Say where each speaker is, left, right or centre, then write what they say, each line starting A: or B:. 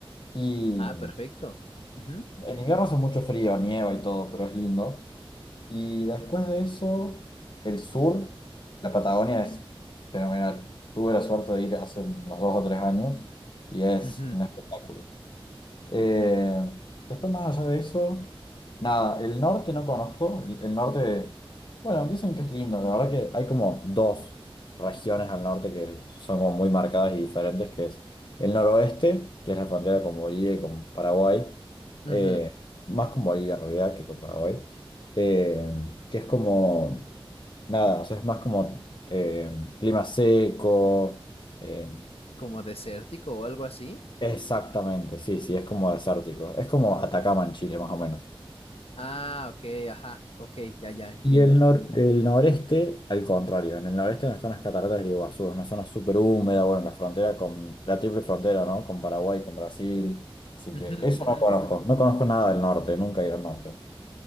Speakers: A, on the left; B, on the left.
A: Y
B: Ah, perfecto. Ujú,
A: en invierno hace mucho frío, nieva y todo, pero es lindo. Y después de eso, el sur, la Patagonia es fenomenal. Tuve la suerte de ir hace unos dos o tres años y es
B: ujú,
A: un espectáculo. Eh, después, más allá de eso, nada, el norte no conozco. El, el norte, bueno, dicen que es lindo. La verdad que hay como dos regiones al norte que son como muy marcadas y diferentes, que es el noroeste, que es la frontera con Bolivia y con Paraguay,
B: ujú.
A: eh, más con Bolivia en realidad que con Paraguay, eh, que es como, nada, o sea, es más como eh, clima seco, eh,
B: Como desértico o algo así.
A: Exactamente, sí, sí, es como desértico. Es como Atacama en Chile, más o menos.
B: Ah, ok, ajá, ok, ya, ya, entiendo.
A: Y el, nor- el noreste, al contrario, en el noreste donde están las cataratas del Iguazú, es una zona súper húmeda, bueno, en la frontera con la triple frontera, ¿no? Con Paraguay, con Brasil. Así
B: Ujú,
A: que eso
B: ujú.
A: no conozco, no conozco nada del norte, nunca he ido al norte.